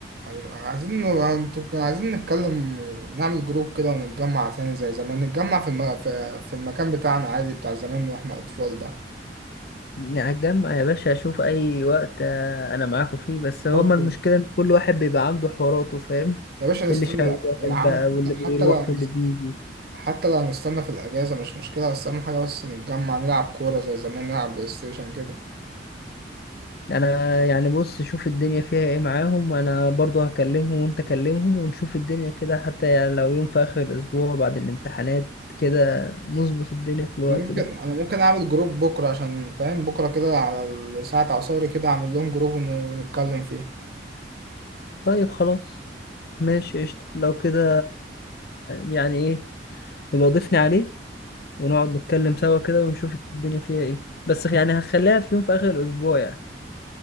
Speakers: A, on the right (about 60°); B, on the left (about 60°).
A: أيوة عايزين انتوا كنا عايزين نتكلم نعمل جروب كده ونتجمع تاني زي زمان نتجمع في الم... في... في المكان بتاعنا عادي بتاع زمان واحنا أطفال ده
B: يعني هتجمع يا باشا اشوف اي وقت آه، انا معاكم فيه بس هما
A: برضه
B: المشكلة ان كل واحد بيبقى عنده حواراته فاهم
A: يا باشا نستنى
B: اللي شغال
A: يا
B: بقى
A: عم
B: واللي بيروح
A: حتى لو
B: واللي بيجي
A: حتى لو هنستنى في الأجازة مش مشكلة بس أهم حاجة بس نتجمع نلعب كورة زي زمان نلعب بلاي ستيشن كده
B: انا يعني بص شوف الدنيا فيها ايه معاهم انا برضو هكلمهم وانت كلمهم ونشوف الدنيا كده حتى يعني لو يوم في اخر الاسبوع بعد الامتحانات كده نظبط الدنيا في الوقت
A: أنا ممكن
B: ده
A: أنا ممكن أعمل جروب بكرة عشان فاهم بكرة كده على ال- ساعة عصاري كده أعمل لهم جروب ون... ونتكلم فيه
B: طيب خلاص ماشي قشطة لو كده يعني ايه يبقى ضيفني عليه ونقعد نتكلم سوا كده ونشوف الدنيا فيها ايه بس يعني هخليها في يوم في اخر الاسبوع يعني